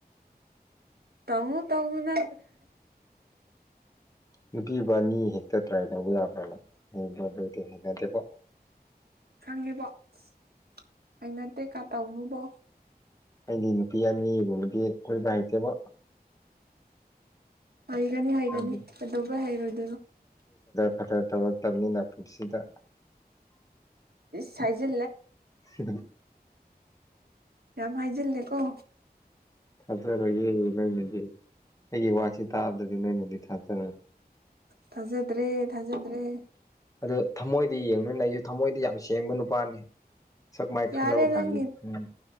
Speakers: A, on the right; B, on the left.
A: ꯇꯧ ꯇꯧꯅ
B: ꯅꯨꯄꯤꯕꯥ ꯑꯅꯤ ꯍꯦꯛꯇ ꯇ꯭ꯔꯥꯏꯅ ꯇꯧꯕ ꯌꯥꯈ꯭ꯔꯕ ꯍꯌꯦꯕ ꯑꯗꯨꯑꯣꯗꯤ ꯍꯅꯖꯕ
A: ꯈꯪꯉꯤꯕꯣ ꯑꯁ ꯑ ꯅꯠꯇꯦꯀꯥ ꯇꯧꯅꯨꯕꯣ
B: ꯑꯩꯗꯤ ꯅꯨꯄꯤ ꯑꯅꯤꯒꯨꯝꯕꯗꯤ ꯑꯩꯣꯏꯕ ꯍꯩꯇꯦꯕ
A: ꯍꯩꯒꯅꯤ ꯍꯩꯒꯅꯤ
B: ꯌꯥꯝ
A: ꯀꯗꯧꯕ ꯍꯥꯏꯩꯔꯣꯏꯗꯅꯣ
B: ꯈꯇꯔ ꯇꯧꯔꯛꯇꯕꯅꯤꯅ ꯄꯨꯟꯁꯤꯗ
A: ꯆꯥꯏꯖꯦ
B: ꯁꯤꯗ
A: ꯌꯥꯝ ꯍꯥꯏꯖꯤꯜꯂꯦꯀꯣ
B: ꯊꯥꯖꯔꯣꯏꯌꯦꯦ ꯅꯣꯏꯅꯗꯤ ꯑꯩꯒꯤ ꯋꯥꯥꯛꯁꯤ ꯇꯥꯕꯗꯗꯤ ꯅꯣꯏꯅꯗꯤ ꯊꯥꯖꯔꯦ
A: ꯊꯥꯖꯗ꯭ꯔꯦ ꯊꯥꯖꯗ꯭ꯔꯦ
B: ꯑꯗꯨ ꯊꯃꯣꯏꯗꯤ ꯌꯦꯡꯕ ꯂꯩꯁꯨ ꯊꯃꯣꯏꯗ ꯌꯥꯝ ꯁꯦꯡꯕ ꯅꯨꯄꯥꯅꯤ ꯁꯛ ꯃꯥꯏ ꯈꯪꯅꯕ
A: ꯌꯥꯔꯦ ꯅꯪꯒꯤ
B: ꯀꯥꯟꯗ ꯎꯝ